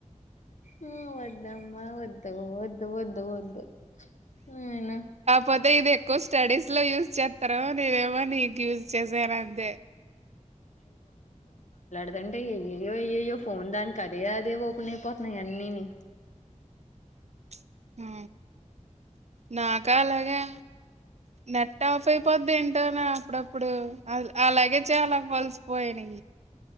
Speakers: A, on the left; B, on the right.
A: ఆ అ ఇద్దమ్మా వద్దు వద్దు వద్దు వద్దు ననా
B: కాకపోతే ఇది ఎక్కువ స్టడీస్ లో యూజ్ చేస్తారో నేనేమో నీకు యూజ్ చేసాను అంతే
A: అదంటే అయ్యయో అయ్యయో ఫోన్ దానికి అదే అదే ఓపెన్ అయిపోతున్నాయి అన్నీని
B: <inaudible> ఆ నాకా అలాగా నెట్ ఆఫ్ అయిపోద్ది ఏంటోనా అప్పుడప్పుడు అలాగే చాలా ఫలిసి పోయాను